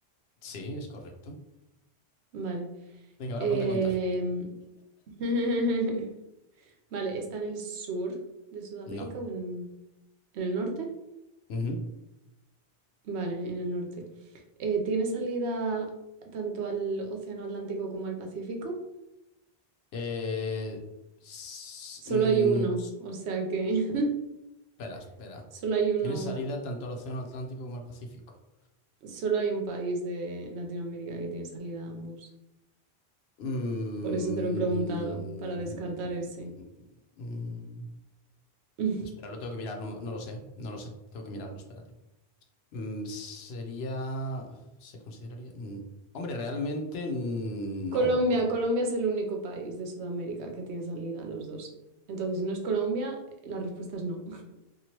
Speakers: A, on the left (about 75°); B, on the right (about 85°).
A: sí, es correcto.
B: Vale.
A: Venga,
B: em,
A: ahora ponte a contar.
B: <laughs> Vale, ¿está en el sur de Sudamérica
A: No.
B: o en, en el norte?
A: Ujú.
B: Vale, en el norte. Eh, ¿tiene salida tanto al Océano Atlántico como al Pacífico?
A: Eh, s-
B: Solo
A: mm,
B: hay uno, o sea que
A: Espera, espera.
B: <laughs> solo hay uno,
A: Tiene salida tanto al Océano Atlántico como al Pacífico.
B: solo hay un país de Latinoamérica que tiene salida a ambos.
A: Mm,
B: Por eso te lo he preguntado, para descartar ese.
A: mm,
B: <laughs>
A: Espera, lo tengo que mirar, no, no lo sé, no lo sé, tengo que mirarlo, espérate. Mm, sería, ¿se consideraría? Mm, Hombre, realmente mm,
B: Colombia,
A: no, porque...
B: Colombia es el único país de Sudamérica que tiene salida a los dos. Entonces, si no es Colombia, la respuesta es no.